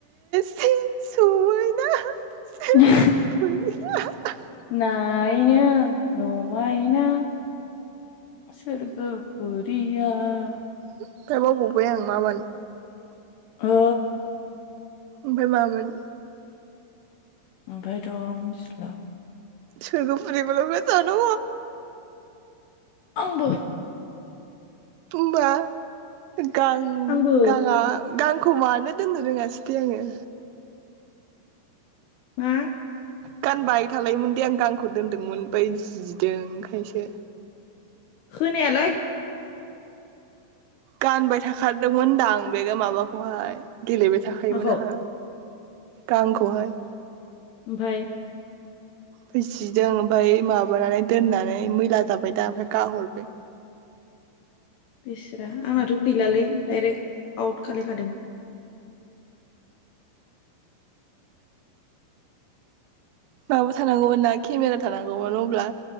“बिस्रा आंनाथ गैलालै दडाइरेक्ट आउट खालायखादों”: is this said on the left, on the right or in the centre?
Left